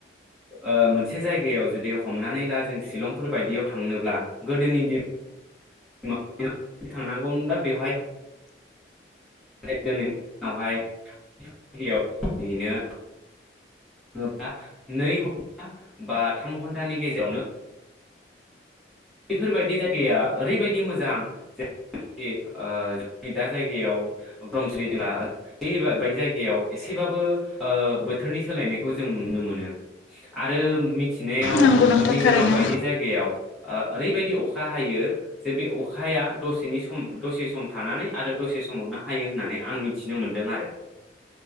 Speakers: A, in the centre; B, on the left (about 75°).
A: ओ मोनसे जायगायाव जुदि हमनानै ला जों शिलंफोर बायदियाव थांनोब्ला गोदोनि दिन <unintelligible> थांनांगौमोनब्ला बेवहाय <unintelligible> <unintelligible> बा नै घन्टा बा थाम घन्टानि‌ गेजेरावनो बेफोरबायदि जायगाया ओरैबायदि मोजां <unintelligible> एसेबाबो बोथोरनि सोलायनायखौ खौ जों नुनो मोनो आरो मिथिनायाव
B: नंगौ नोंथां
A: मिज'राम
B: थारैनो
A: बायदि जायगायाव ओरैबायदि अखा हायो जे बे अखाया दसेनि सम दसे सम थानानै आरो दसे समावनो हायो होननानै आं मिथिनो मोनदों आरो